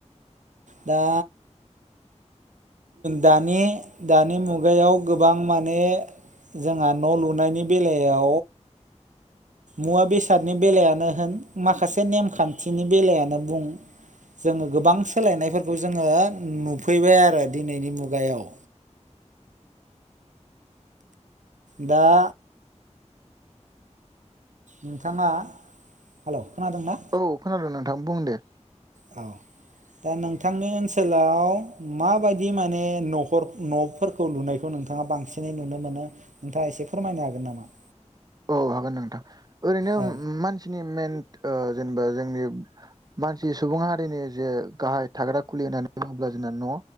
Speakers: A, on the right (about 80°); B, on the right (about 30°).
A: दा दानि दानि मुगायाव गोबां माने जोंहा न‌ लुनायनि बेलायाव मुवा बेसादनि बेलायानो होन माखासे नेमखान्थिनि बेलायानो बुं जोंङो गोबां सोलायनायफोरखौ जोंङो नुफैबाय आरो दिनैनि मुगायाव दा नोंथाङा हेल‌ खोनादोंना
B: औ खोनादों नोंथां बुं दे
A: औ दा नोंथांनि ओनसोलाव माबायदि माने न'खर न'फोर खौ लुनायखौ नोंथाङा बांसिनै नुनो मोनो नोंथाङा एसे फोरमायनो हागोन नामा?
B: औ हागोन नोंथां ओरैनो
A: औ
B: मान सिनि मेनत ओ जेनेबा जोंनि मानसि सुबुं हारिनि जे गाहाय थाग्रा खुलि होननानै बुङोब्ला जोंना न'